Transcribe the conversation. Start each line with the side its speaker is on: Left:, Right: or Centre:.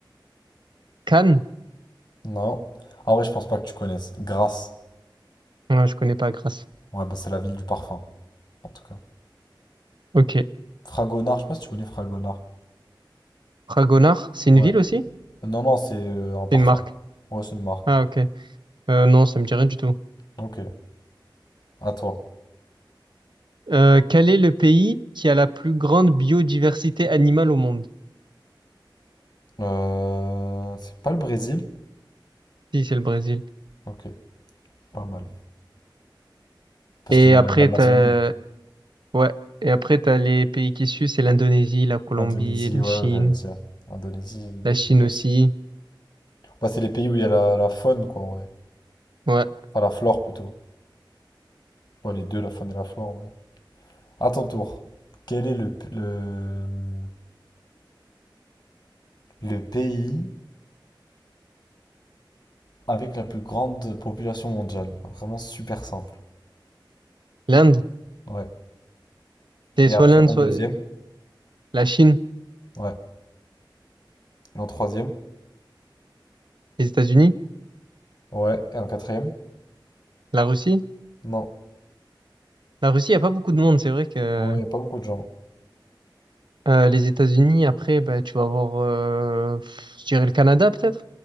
Right: Cannes.
Left: Non. Ah ouais, je pense pas que tu connaisses. Grasse.
Right: Non, je connais pas Grasse.
Left: Ouais, bah c'est la ville du parfum, en tout cas.
Right: Ok.
Left: Fragonard, je sais pas si tu connais Fragonard.
Right: Fragonard, c'est une
Left: Ouais.
Right: ville aussi?
Left: Non, non, c'est euh, un parfum.
Right: C'est une marque.
Left: Ouais, c'est une marque.
Right: Ah, ok. Euh, non, ça me dit rien du tout.
Left: Ok, à toi.
Right: Euh, quel est le pays qui a la plus grande biodiversité animale au monde?
Left: Euh, c'est pas le Brésil?
Right: Si, c'est le Brésil.
Left: Ok, pas mal. Parce
Right: Et
Left: qu'il y a
Right: après,
Left: la- l'Amazonie.
Right: t'as... Ouais. Et après, t'as les pays qui suivent, c'est l'Indonésie, la Colombie,
Left: Indonésie,
Right: la
Left: ouais,
Right: Chine.
Left: ouais, j'allais dire. Indonésie, il y
Right: La
Left: a
Right: Chine
Left: beaucoup
Right: aussi.
Left: aussi. Bah, c'est les pays où il y a la, la faune, quoi, en vrai.
Right: Ouais.
Left: Enfin, la flore plutôt. Ouais, les deux, la faune et la flore, ouais. À ton tour, quel est le, le, le pays avec la plus grande population mondiale? Vraiment super simple.
Right: L'Inde.
Left: Ouais.
Right: C'est
Left: Et
Right: soit
Left: après,
Right: l'Inde,
Left: en
Right: soit
Left: deuxième?
Right: la Chine,
Left: Ouais. Et en troisième?
Right: les États-Unis,
Left: Ouais. Et en quatrième?
Right: la Russie.
Left: Non.
Right: La Russie, il n'y a pas beaucoup de monde. C'est vrai que
Left: Ouais, y a pas beaucoup de gens.
Right: euh, les États-Unis, après, bah, tu vas avoir, euh, pff, je dirais, le Canada peut-être,